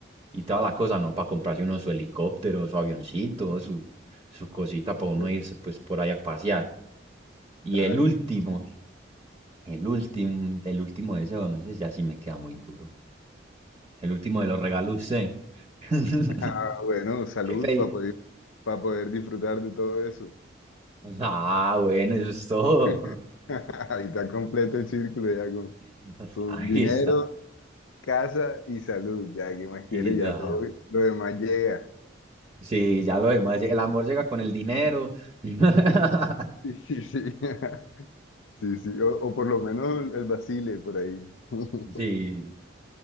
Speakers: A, on the right; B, on the left.
A: y toda la cosa, ¿no? Para comprarse uno su helicóptero, su avioncito, su, su cosita para uno
B: Bueno,
A: irse pues por ahí a pasear. Y
B: Claro.
A: el último El último, el último deseo, no ese ya sí me queda muy duro. El último de los regalos, sí. <laughs>
B: Ah, bueno, salud
A: ¿Qué pedí?
B: para poder, para poder disfrutar de todo eso.
A: Ah, bueno, eso es todo.
B: <laughs> Ahí está completo el círculo ya con,
A: <laughs>
B: con
A: Ahí
B: dinero,
A: está.
B: casa y salud. Ya, ¿qué más
A: Y
B: quieres?
A: ya,
B: Ya todo lo demás llega. <laughs>
A: sí, ya lo demás, el amor llega con el dinero. <laughs>
B: Sí, sí, sí. <laughs> Sí, sí, o, o por lo menos el Basile por ahí. <laughs>
A: Sí.